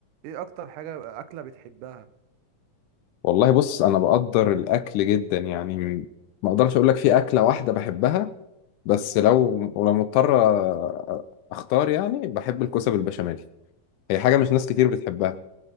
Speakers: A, on the right (about 75°); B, on the left (about 75°).
A: ايه اكتر حاجة اكلة بتحبها
B: والله بص انا بقدر الاكل جدا يعني م- ما اقدرش اقول لك في اكله واحده بحبها بس لو ولو مضطر أ- اختار يعني بحب الكوسه بالبشاميل هي حاجه مش ناس كتير بتحبها